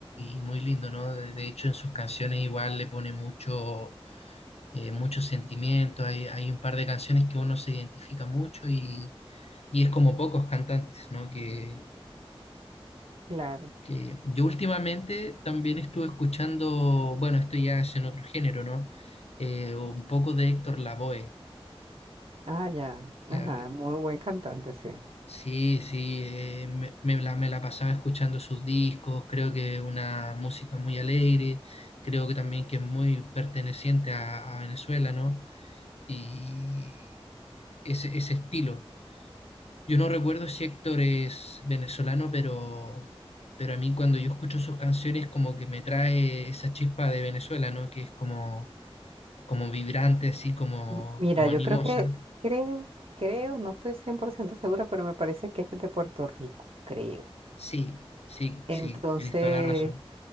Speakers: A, on the left; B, on the right.
A: y muy lindo, ¿no? De, de hecho, en sus canciones igual le pone mucho, eh, mucho sentimiento. Hay, hay un par de canciones que uno se identifica mucho y, y es como pocos cantantes, ¿no? Que,
B: Claro.
A: que yo últimamente también estuve escuchando, bueno, esto ya es en otro género, ¿no? Eh, un poco de Héctor Lavoe,
B: Ah, ya. Ajá,
A: ya
B: muy buen cantante, sí.
A: Sí, sí, eh, me, me la, me la pasaba escuchando sus discos, creo que una música muy alegre, creo que también que es muy perteneciente a, a Venezuela, ¿no? Y ese, ese estilo. Yo no recuerdo si Héctor es venezolano, pero, pero a mí cuando yo escucho sus canciones como que me trae esa chispa de Venezuela, ¿no? Que es como, como vibrante, así como,
B: M- Mira,
A: como
B: yo
A: animosa.
B: creo que, creo, creo, no estoy 100% segura, pero me parece que es de Puerto Rico, creo.
A: Sí, sí,
B: Entonces,
A: sí, tienes toda la razón.